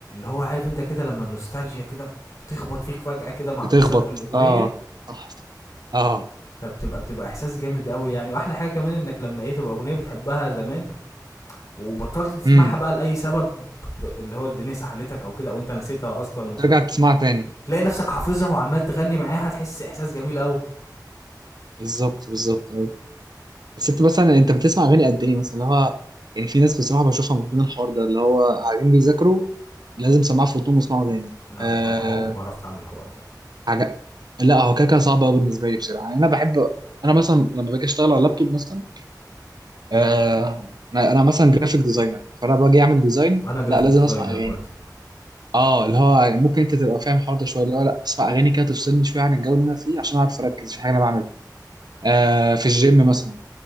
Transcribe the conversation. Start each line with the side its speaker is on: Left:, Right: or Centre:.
Left: هو عارف انت كده لما النوستالجيا كده بتخبط فيك فجأة كده مع
Right: بتخبط
Left: بسبب الأغنية
Right: اه صح صح. اه
Left: فبتبقى بتبقى إحساس جامد قوي يعني وأحلى حاجة كمان إنك لما إيه تبقى أغنية بتحبها زمان وبطلت تسمعها
Right: امم
Left: بقى لاي سبب اللي هو الدنيا سحلتك او كده او انت نسيتها اصلا وكده
Right: ترجع تسمعها تاني
Left: تلاقي نفسك حافظها وعمال تغني معاها هتحس احساس جميل قوي
Right: بالظبط بالظبط ايوه بس انت مثلا انت بتسمع اغاني قد ايه مثلا اللي هو يعني في ناس بصراحه بشوفها من ضمن الحوار ده اللي هو قاعدين بيذاكروا لازم سماعه في ودنهم يسمعوا تاني
Left: لا
Right: آه
Left: ما عمري ما عرفت اعمل الحوار ده
Right: حاجه لا هو كده كده صعب قوي بالنسبه لي بصراحه يعني انا بحب انا مثلا لما باجي اشتغل على اللابتوب مثلا آه انا أنا مثلا جرافيك ديزاينر فانا باجي اعمل ديزاين
Left: انا جرافيك
Right: لا لازم
Left: ديزاينر
Right: اسمع اغاني
Left: برضه
Right: اه اللي هو يعني ممكن انت تبقى فاهم الحوار ده شويه اللي هو لا اسمع اغاني كده تفصلني شويه عن الجو اللي انا فيه عشان اعرف اركز في حاجه انا بعملها آه في الجيم مثلا